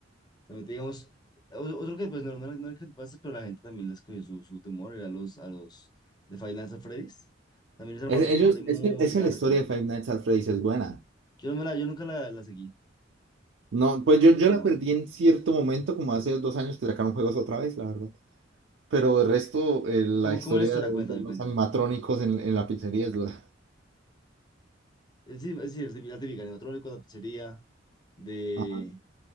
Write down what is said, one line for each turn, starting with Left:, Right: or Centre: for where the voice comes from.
Left: Totalmente, digamos, o- otro que pues no, no, era- no era creepypasta, pero la gente también les cogió su, su temor, era los, a los de Five Nights at Freddy's. También les armaron
Right: Es,
Left: un
Right: ellos,
Left: lore muy
Right: es que, es
Left: largo.
Right: que la historia de Five Nights at Freddy's es buena.
Left: Yo, no me la, yo nunca la, la seguí,
Right: No, pues yo, yo
Left: no.
Right: la perdí en cierto momento, como hace dos años que sacaron juegos otra vez, la verdad. Pero el resto, eh, la
Left: ¿Cómo,
Right: historia
Left: cómo era la historia?
Right: de,
Left: Cuéntame,
Right: de los
Left: cuéntame.
Right: animatrónicos en, en la pizzería es dura.
Left: Es decir, es decir, la típica, la típica, animatrónico, la pizzería, de
Right: Ajá.